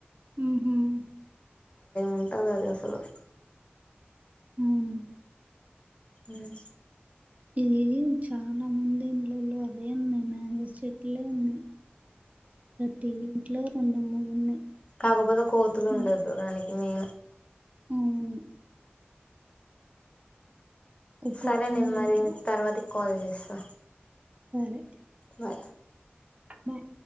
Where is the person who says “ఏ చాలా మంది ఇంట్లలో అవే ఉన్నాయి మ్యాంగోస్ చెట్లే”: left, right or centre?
Right